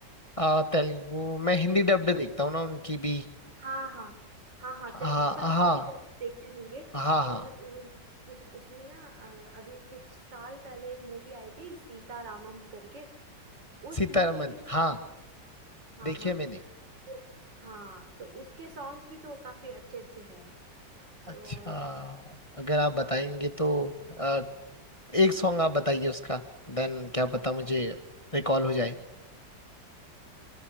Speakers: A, on the left (about 20°); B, on the right (about 85°).
A: आ, तेलुगु मैं हिंदी डब्ड देखता हूँ ना उनकी भी
B: हाँ हाँ हाँ हाँ
A: हाँ
B: तेलुगु का हिंदी
A: हाँ
B: जब देखते होंगे
A: हाँ
B: उनमें
A: हाँ
B: उ- उस, उसमें ना अ, अभी कुछ साल पहले एक मूवी आई थी सीता रामम करके उस
A: सीतारमन
B: मूवी के सॉन्ग
A: हाँ
B: हाँ
A: देखिए
B: हाँ
A: मैंने
B: हाँ वो हाँ तो उसके सॉन्ग्स भी तो काफी अच्छे अच्छे हैं
A: अच्छा
B: और
A: अगर आप
B: हाँ
A: बताएंगे तो अ, एक सॉन्ग आप बताइए उसका देन क्या पता मुझे रिकॉल हो जाए